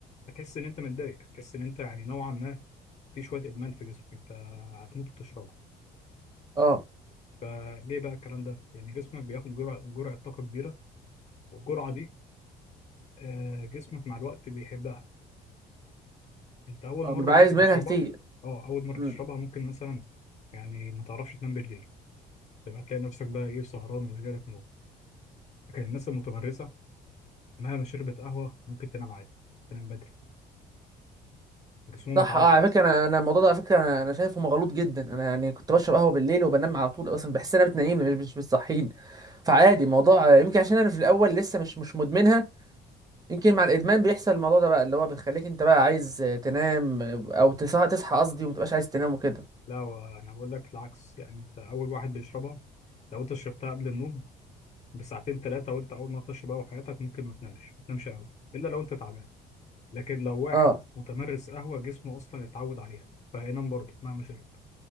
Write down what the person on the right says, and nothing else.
اه
اه
بيبقى
عايز منها
كتير
امم
صح اه على فكره انا انا الموضوع ده على فكره انا أنا شايفه مغلوط جدا انا يعني كنت بشرب قهوه بالليل وبنام على طول اصلا بحس ان انا بتنيمني مش مش بتصحيني فعادي الموضوع آه، يمكن عشان انا في الاول لسه مش مش مدمنها يمكن مع الادمان بيحصل الموضوع ده بقى اللي هو بيخليك انت بقى عايز آه، تنام آه، او تصحى تصحى قصدي وما تبقاش عايز تنام وكده
اه